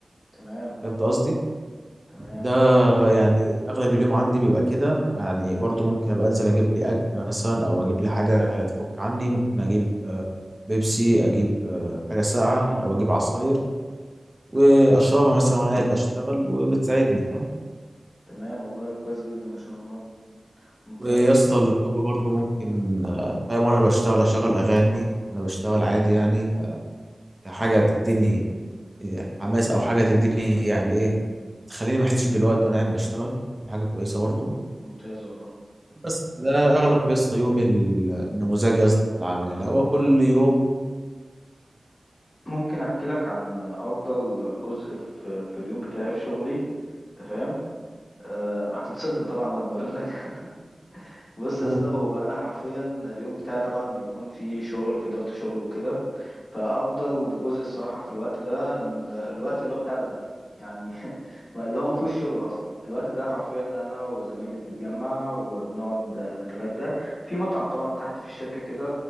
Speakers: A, on the left; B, on the right.
A: تمام
B: فهمت قصدي؟
A: تمام
B: ده يعني أغلب اليوم عندي بيبقى كده يعني برضو ممكن أبقى أنزل أجيب لي أكل مثلا أو أجيب لي حاجة تفك عني ممكن أجيب آه، بيبسي أجيب آه، حاجة ساقعة أو أجيب عصاير وأشربها مثلا وأنا قاعد بشتغل وبتساعدني
A: تمام والله كويس جدا ما شاء الله ممتاز
B: ويا اسطى اللابتوب برضه ممكن آه، فاهم وانا بشتغل اشغل اغاني انا بشتغل عادي يعني ك- كحاجه تديني آه، حماس او حاجه تديني يعني ايه تخليني ما احسش بالوقت وانا قاعد بشتغل دي حاجه كويسه برضه
A: ممتاز والله
B: بس ده اغلب يا اسطى يومي ال- النموذجي يا اسطى في العمل يعني
A: انا
B: هو
A: ممكن
B: كل يوم
A: ممكن احكي لك عن افضل جزء في في اليوم بتاعي في شغلي انت فاهم أه هتتصدم طبعا لما اقول لك <laughs> بص يا
B: يوم-
A: اسطى هو انا حرفيا اليوم بتاعي طبعا بيكون فيه شغل وفيه ضغط شغل وكده فافضل جزء الصراحه في الوقت ده ال- الوقت اللي هو بتاع الغدا يعني <laughs> ما- اللي هو ما فيهوش شغل اصلا الوقت ده حرفيا انا وزمايلي بنتجمع وبنقعد نتغدى في مطعم طبعا تحت في الشركه كده